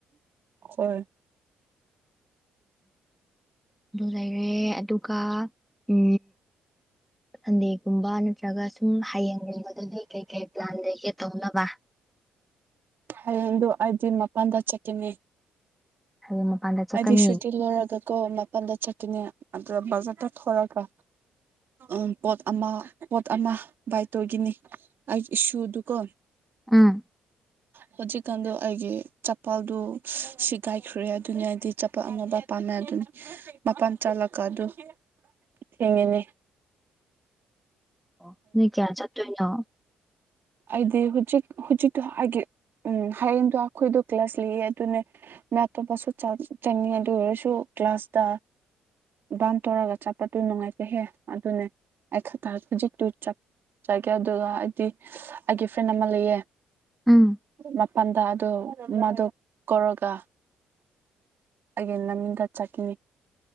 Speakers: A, on the right; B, in the centre.
A: ꯍꯣꯏ
B: ꯑꯗꯨ ꯂꯩꯔꯦ ꯑꯗꯨꯒ ꯎ ꯁꯟꯗꯦꯒꯨꯝꯕ ꯅꯠꯇ꯭ꯔꯒ ꯁꯨꯝ ꯍꯌꯦꯡꯒꯨꯝꯕꯗꯗꯤ ꯀꯩꯀꯩ ꯄ꯭ꯂꯥꯟ ꯂꯩꯒꯦ ꯇꯧꯅꯕ
A: ꯍꯥꯏꯗꯨ ꯑꯩꯗꯤꯤꯟ ꯃꯄꯥꯟꯗ ꯆꯠꯈꯤꯅꯤ
B: ꯍꯌꯦꯡ ꯃꯄꯥꯟꯗ ꯆꯠꯀꯅꯤ
A: ꯍꯥꯏꯗꯤ ꯁꯨꯇꯤ ꯂꯣꯏꯔꯒ ꯀꯣ ꯃꯄꯜꯗ ꯆꯠꯀꯅꯦ ꯑꯗ ꯖꯔ ꯇ ꯊꯔꯀ ꯎꯝ ꯄꯣꯠ ꯑꯃ ꯄꯣꯠ ꯑꯃ ꯕꯥꯏ ꯇꯧꯈꯤꯅꯤ ꯑꯩꯒꯤ ꯏꯁꯨꯗꯨꯀꯣ
B: ꯑꯥ
A: ꯍꯧꯖꯤꯛꯀꯥꯟꯗ ꯑꯩꯒꯤ ꯆꯄꯜꯗꯨꯣ ꯁꯤꯒꯥꯏꯈ꯭ꯔꯦ ꯑꯗꯨꯅꯦ ꯑꯩꯗꯤ ꯆꯄꯥꯛꯜ ꯑꯅꯕ ꯄꯥꯝꯃꯦ ꯑꯗꯨ ꯃꯄꯥꯟ ꯆꯥꯂꯀ ꯑꯗꯨ ꯊꯦꯡꯉꯤꯅꯤ
B: ꯑꯣ ꯅꯣꯏ ꯀꯌꯥ ꯆꯠꯇꯣꯏꯅꯣ
A: ꯑꯗꯤ ꯍꯨꯖꯤꯛ ꯍꯨꯖꯤꯛꯇ ꯍꯥꯏꯦ ꯎꯝ ꯍꯌꯦꯡꯗꯣ ꯑꯩꯈꯣꯏꯗꯣ ꯀ꯭ꯂ꯭ꯂꯁ ꯂꯤꯑꯦ ꯑꯗꯨꯅꯦ ꯃ ꯑꯇꯣꯞꯄꯁꯨ ꯆꯪꯉꯤ ꯑꯗꯨ ꯑꯣꯏꯔꯁꯨ ꯀ꯭ꯂꯥꯁꯗ ꯕꯥꯟ ꯇꯧꯔꯒ ꯆꯠꯄꯗꯨ ꯅꯨꯡꯉꯥꯏꯇꯩꯍꯦ ꯑꯗꯨꯅꯦ ꯑꯩ ꯈꯖꯤꯛꯇꯨ ꯆꯒꯦ ꯑꯗꯨꯒ ꯑꯩꯗꯤ ꯑꯩꯒꯤ ꯐ꯭ꯔꯦꯟ ꯑꯃ ꯂꯩꯌꯦ
B: ꯎꯝ
A: ꯃꯄꯥꯟꯗ ꯗ ꯃꯥꯗꯨ ꯀꯣꯔꯔꯒ ꯑꯩꯦ ꯅꯃꯤꯒꯠ ꯆꯀꯤꯅꯤ